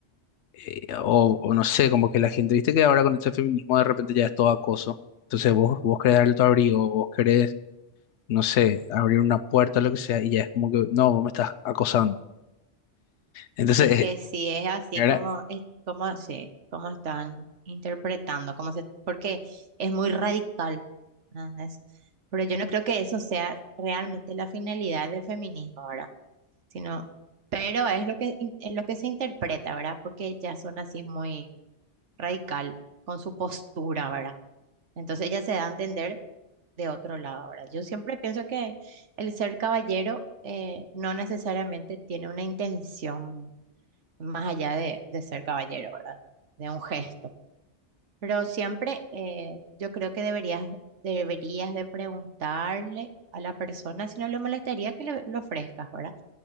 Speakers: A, on the left (about 75°); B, on the right (about 80°).
A: eh, o, o no sé, como que la gente, viste que ahora con este feminismo de repente ya es todo acoso. Entonces vos, vos querés darle tu abrigo, vos querés no sé, abrir una puerta o lo que sea, y ya es como que, no, vos me estás acosando. Entonces,
B: Es que
A: eh,
B: sí es así
A: era,
B: como, es, como, sí, como están interpretando, como se, porque es muy radical. ¿entendés? Pero yo no creo que eso sea realmente la finalidad del feminismo ahora, sino, pero es lo que, in- es lo que se interpreta, ¿verdad? Porque ya son así muy radical con su postura, ¿verdad? Entonces ella se da a entender de otro lado ahora. Yo siempre pienso que el ser caballero eh, no necesariamente tiene una intención más allá de, de ser caballero, ¿verdad? De un gesto. Pero siempre eh, yo creo que deberías, deberías de preguntarle a la persona si no le molestaría que le, le ofrezcas, ¿verdad?